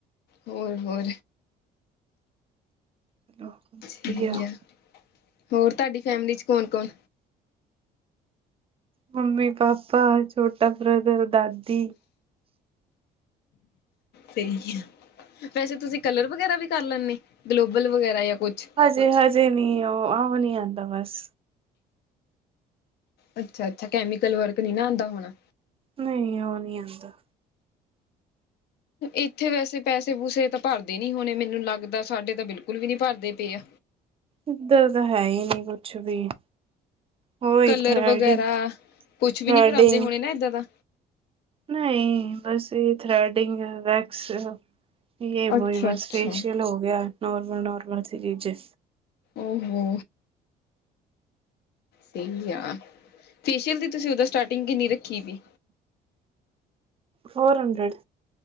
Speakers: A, on the left (about 75°); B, on the right (about 35°).
A: ਹੋਰ ਹੋ
B: ਵਧੀਆ
A: ਠੀਕ ਆ, ਹੋਰ ਤੁਹਾਡੀ ਫੈਮਲੀ ਚ ਕੌਣ ਕੌਣ?
B: ਮੰਮੀ, ਪਾਪਾ, ਛੋਟਾ ਬ੍ਰਦਰ, ਦਾਦੀ।
A: ਸਹੀ ਆ, ਵੈਸੇ ਤੁਸੀਂ ਕਲਰ ਵਗੈਰਾ ਵੀ ਕਰ ਲੈਦੇ। ਗਲੋਬਲ ਵਗੈਰਾ ਜਾਂ ਕੁਛ
B: ਹਜੇ ਹਜੇ ਨੀ ਉਹ ਆਓ ਨੀ ਆਉਂਦਾ ਬਸ।
A: ਅੱਛਾ, ਅੱਛਾ ਕੈਮੀਕਲ ਵਰਕ ਨੀ ਨਾ ਆਉਂਦਾ ਹੋਣਾ।
B: ਨਹੀਂ, ਉਹ ਨਹੀਂ ਆਉਂਦਾ।
A: ਇੱਥੇ ਵੈਸੇ ਪੈਸੇ ਪੂਸੇ ਤਾਂ ਭਰਦੇ ਨੀ ਹੋਣੇ ਮੈਨੂੰ ਲੱਗਦਾ ਸਾਡੇ ਤਾਂ ਬਿਲਕੁਲ ਵੀ ਨੀ ਭਰਦੇ ਪਏ ਆ।
B: ਇੱਧਰ ਤਾਂ ਹੈ ਹੀ ਨੀ ਕੁਛ ਵੀ ਹੋਈ
A: ਕਲਰ
B: ਥਰਡੀ
A: ਵਗੈਰਾ ਕੁਛ ਵੀ
B: ਥਰਡੀ
A: ਨੀ ਕਰਾਉਂਦੇ ਹੋਣੇ ਨਾ ਏਦਾਂ ਦਾ
B: ਨਹੀਂ ਬਸ ਇਹ ਥਰਡਿੰਗ ਹੈ, ਵੈਕਸ- ਯ
A: ਅੱਛਾ
B: ਬਹੀ ਬਸ
A: ਅੱਛਾ
B: ਫੇਸ਼ੀਅਲ ਹੋ ਗਿਆ ਨੋਰਮਲ, ਨੋਰਮਲ ਸੀ ਚੀਜ਼ੇ
A: ਓ ਹੋ। ਸਹੀ ਆ ਫੇਸ਼ੀਅਲ ਦੀ ਤੁਸੀਂ ਉਹਦੋ ਸਟਾਰਟਿੰਗ ਕਿੰਨੀ ਰੱਖੀ ਸੀ।
B: Four hundred.